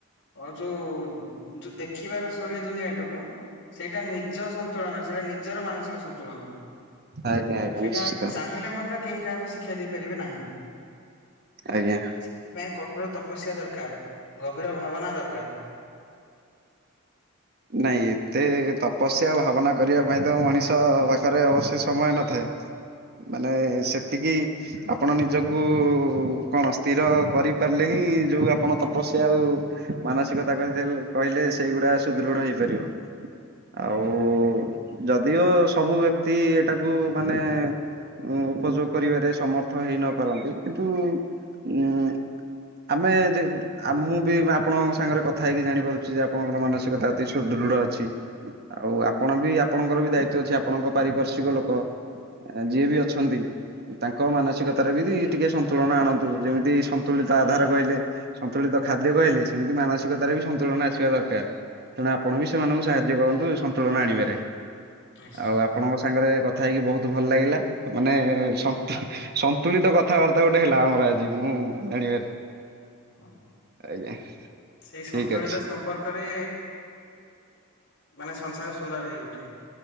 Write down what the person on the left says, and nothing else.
ଆ ଯୋଉ ଯୋଉ ଦେଖିବାର ଶୈଳୀ ଦୁନିଆଟିକୁ ସେଇଟା ନିଜ ସନ୍ତୁଳନ ସେଟା ନିଜର ମାନସିକ ସନ୍ତୁଳନ
ସେଇଟା
ଚାହିଁଲେ ମଧ୍ୟ କେହି କାହାକୁ ସି କ୍ଷା ଦେଇପାରିବେ ନାହିଁ।
ସେଥିପାଇଁ କଠୋର ତପସ୍ୟା ଦରକାର, ଗଭୀର ଭାବନା ଦରକାର।
ନିଶ୍ଚୟ।
ହଁ
ସେଇ
ସନ୍ତୁଳିତ
ସ ମ୍ପର୍କରେ ମାନେ ସଂସାର ସୁନ୍ଦର ହେଇ ଉଠେ।